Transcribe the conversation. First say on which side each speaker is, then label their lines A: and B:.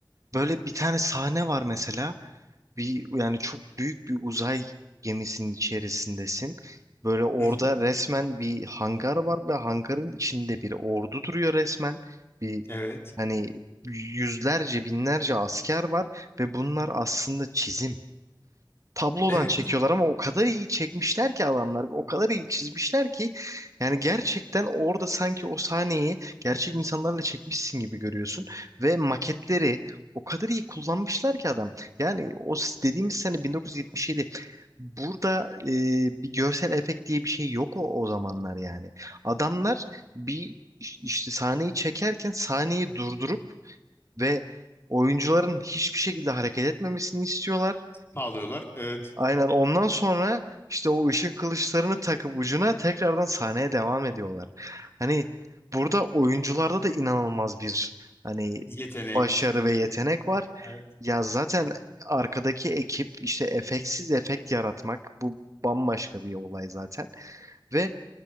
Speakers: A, on the right; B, on the left.
A: böyle bir tane sahne var mesela. Bir yani çok büyük bir uzay gemisinin içerisindesin. Böyle orada
B: Hı hı.
A: resmen bir hangar var ve hangarın içinde bir ordu duruyor resmen. Bir
B: Evet.
A: hani yüzlerce binlerce asker var ve bunlar aslında çizim. tablodan
B: Evet.
A: çekiyorlar ama o kadar iyi çekmişler ki adamlar, o kadar iyi çizmişler ki yani gerçekten orada sanki o sahneyi gerçek insanlarla çekmişsin gibi görüyorsun ve maketleri o kadar iyi kullanmışlar ki adam. Yani o s- dediğimiz sene 1977 Burada e, bir görsel efekt diye bir şey yok o, o zamanlar yani. Adamlar bir iş- işte sahneyi çekerken sahneyi durdurup ve oyuncuların hiçbir şekilde hareket etmemesini istiyorlar
B: Sağlıyorlar. Evet.
A: Aynen ondan sonra işte o ışık kılıçlarını takıp ucuna tekrardan sahneye devam ediyorlar. Hani burada oyuncularda da inanılmaz bir hani
B: Yetenek.
A: başarı ve
B: Evet.
A: yetenek var.
B: Evet.
A: Ya zaten arkadaki ekip işte efektsiz efekt yaratmak bu bambaşka bir olay zaten. Ve